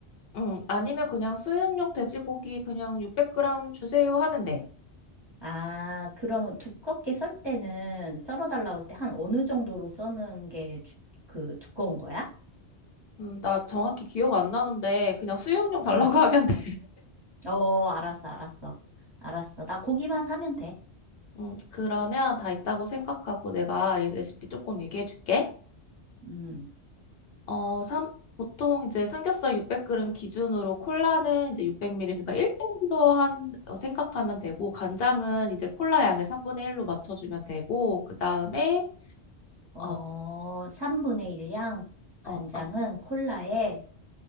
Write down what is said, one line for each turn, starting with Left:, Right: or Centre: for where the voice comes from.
Left: 응, 아니면 그냥 수육용 돼지고기 그냥 600g 주세요 하면 돼.
Right: 아, 그러면 두껍게 썰 때는 썰어달라고 할 때 한 어느 정도로 써는 게 그 두꺼운 거야?
Left: 음, 나 정확히 기억 안 나는데 그냥 수육용 달라고
Right: 응.
Left: <laughs> 하면 돼.
Right: 어, 알았어, 알았어. 알았어. 나 고기만 사면 돼.
Left: 음, 그러면 다 있다고 생각하고 내가 얘 레시피 조금 얘기해 줄게.
Right: 음.
Left: 어, 삼, 보통 이제 삼겹살 600g 기준으로 콜라는 이제 600ml 그러니까 1대1로 한 어, 생각하면 되고 간장은 이제 콜라 양의 3분의 1로 맞춰 주면 되고 그다음에
Right: 어,
Left: 어,
Right: 3분의 1 양, 간장은
Left: 어, 어.
Right: 콜라에